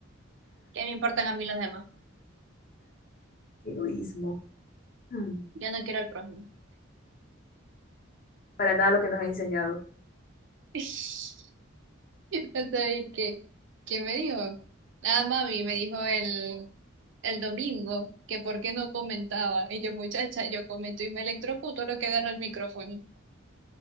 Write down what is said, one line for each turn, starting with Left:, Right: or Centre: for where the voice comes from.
Right: ¿Qué me importan a mí los demás?
Left: Egoísmo. Hmm,
Right: ya no quiero el prójimo.
Left: Para nada lo que nos ha enseñado.
Right: <laughs> O sea, ¿y ¿qué, qué me dijo? Ah, mami, me dijo el, el domingo que por qué no comentaba. Y yo, muchacha, yo comento y me electrocuto lo que agarra el micrófono.